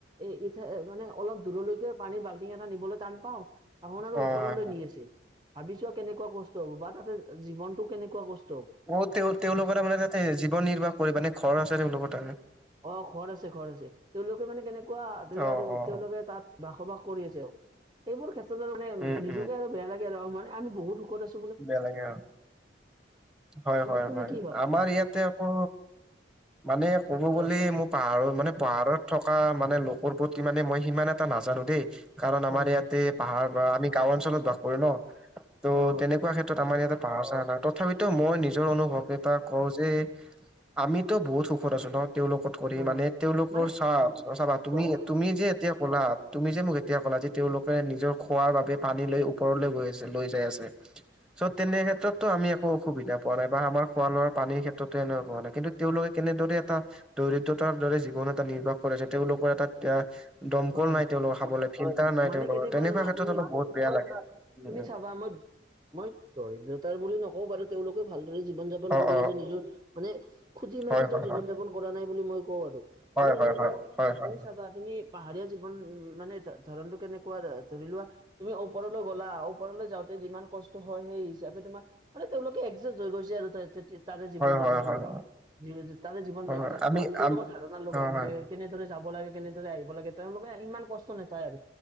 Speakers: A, on the right; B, in the centre.
A: এ এতিয়া মানে অলপ দূৰলৈকে পানীৰ বাল্টিং এটা নিবলৈ টান পাওঁ ধাওনাৰো
B: অ
A: ওপৰলৈ
B: হয় হয়
A: নি আছে ভাবি চোৱা কেনেকুৱা কষ্ট হ'ব তাতে জীৱনটো কেনেকুৱা কচ
B: অ তেওঁ তেওঁলোকৰ তাৰ মানে তাতে জীৱন নিৰ্বাহ কৰিব মানে ঘৰ আছে তেওঁলোকৰ তাতে
A: অ ঘৰ আছে ঘৰ আছে তেওঁলোকে মানে কেনেকুৱা ধৰি লোৱা
B: অ অ
A: তেওঁলোকে
B: অ
A: তাত বাসবাস কৰি আছে আও এইবোৰ ক্ষেত্ৰত আৰু মানে
B: উম
A: নিজকে
B: উম
A: আৰু বেয়া লাগে আৰু মানে আমি বহুত সুখত আছ
B: বেয়া লাগে অ হয়
A: এইটো
B: হয়
A: তুমি
B: হয়
A: কি ভাবা
B: আমাৰ ইয়াতে আকৌ মানে ক'ব
A: হয়
B: গ'লে মোৰ পাহাৰৰ মানে পাহাৰত থকা মানে লোকৰ প্ৰতি মানে মই সিমান এটা নাজানো দেই কাৰণ আমাৰ
A: হয় হয়
B: ইয়াতে পাহাৰপৰা আমি গাওঁ অঞ্চলত বাস কৰো ন, ত
A: অ
B: তেনেক আমাৰ ইয়াতে পাহাৰ-চাহাৰ নাই তথাপিতো মই নিজৰ অনুভৱ এটা কওঁ যে আমিতো বহুত সুখত আছো নহ তেওঁলোকত কৰি
A: হয়
B: মানে
A: হয়
B: তেওঁলোকৰ
A: মানে
B: চা চাবা তুমি,
A: কোৱা কোৱা
B: তুমি যে এতিয়া ক'লা তুমি যে মোক এতিয়া ক'লা যে তেওঁলোকে নিজৰ খোৱাৰ বাবে পানী লৈ ওপৰলৈ গৈ আছে লৈ যাই আছে। চ' তেনে ক্ষেত্ৰতো আমি একো অসুবিধা পোৱা নাই বা আমাৰ খোৱা-লোৱাৰ পানীৰ ক্ষেত্ৰতে এনেকুৱা হোৱা নাই কিন্তু তেওঁলোকে কেনেদৰে এটা দৰিদ্ৰতাৰ দৰে জীৱন এটা নিৰ্বাহ কৰে যে তেওঁলোকৰ এটা এতিয়া দমকল
A: হয় হয়
B: নাই তেওঁলোকৰ খাবলে,
A: মা-
B: ফিল্টাৰ নাই
A: মানে
B: তেওঁলোকৰ,
A: কেনেকুৱা
B: তেনেকুৱা
A: জানা
B: ক্ষেত্ৰত
A: তুমি
B: অলপ বহুত বেয়া লাগে। উম
A: তুমি
B: উম
A: চাবা মই মই দৰিদ্ৰতাৰ বুলি নকওঁ বাৰু তেওঁলোকে ভালদৰে জীৱন-যাপন
B: অ
A: কৰি
B: অ
A: আছে নিজৰ মানে খুজি-মাগিটো
B: হয় হয়
A: জীৱন-যাপন
B: হয়
A: কৰা নাই বুলি মই কওঁ আৰু
B: হয়
A: মানে
B: হয়
A: কেনেকুৱা
B: হয় হয় হয়
A: তুমি চাবা তুমি পাহাৰীয়া জীৱন মানে ধৰণটো কেনেকুৱা ধৰি লোৱা তুমি ওপৰলৈ গ'লা, ওপৰলৈ যাওঁতে যিমান কষ্ট হয় সেই হিচাপে তোমা মানে তেওঁলোকে একজেষ্ট হৈ গৈছে আৰু তই ততে তাৰে জীৱন
B: হয় হয়
A: যাপনৰ
B: হয়
A: লগ,
B: হয়
A: জী জী তাৰে জীৱন
B: হয় হয়।
A: তা
B: আমি
A: তা টোৰ
B: আম
A: লগত ধাৰণাৰ লগত
B: হয় হয়
A: মানে কেনেদৰে যাব লাগে, কেনেদৰে আহিব লাগে, তেওঁলোকে আ ইমান কষ্ট নাপায় আৰু,